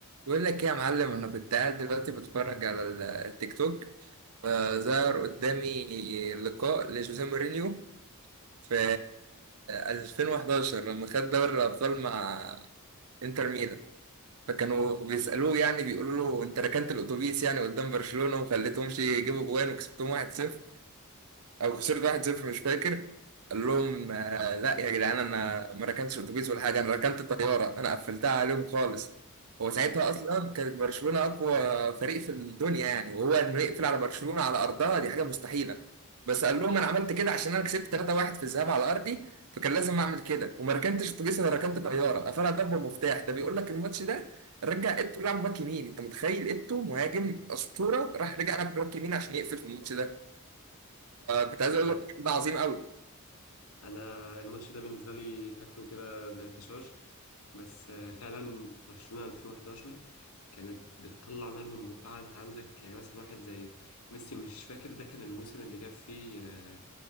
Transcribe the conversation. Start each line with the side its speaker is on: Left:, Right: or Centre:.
Right: بقول لك ايه يا معلم انا كنت قاعد دلوقتي بتفرج على ال- التيك توك فظهر قدامي لقاء لجوزيه مورينيو في 2011 لما خد دوري الابطال مع انتر ميلان فكانوا بيسالوه يعني بيقولوا له انت ركنت الاتوبيس يعني قدام برشلونه وخليتهمش يجيبوا جوان وكسبتهم 1-0 او خسرت 1-0 مش فاكر قال لهم آه، لا يا جدعان انا ما ركنتش اتوبيس ولا حاجه انا ركنت طياره انا قفلتها عليهم خالص هو ساعتها اصلا كانت برشلونه اقوى فريق في الدنيا يعني وهو انه يقفل على برشلونه على ارضها دي حاجه مستحيله بس قال لهم انا عملت كده عشان انا كسبت 3-1 في الذهاب على ارضي فكان لازم اعمل كده وما ركنتش اتوبيس انا ركنت طياره قفلها ضربه مفتاح ده بيقول لك الماتش ده رجع ايتو لعب باك يمين انت متخيل ايتو مهاجم اسطوره راح رجع لعب باك يمين عشان يقفل في الماتش ده كنت عايز اقول
Left: انا
Right: لك الراجل ده عظيم قوي
Left: انا الماتش ده بالنسبه لي فاكره كده زي طشاش بس آه، فعلا برشلونه 2011 كانت بتطلع نار من بقها انت عندك يعني مثلا واحد زي ميسي مش فاكر ده كان الموسم اللي جاب فيه آه،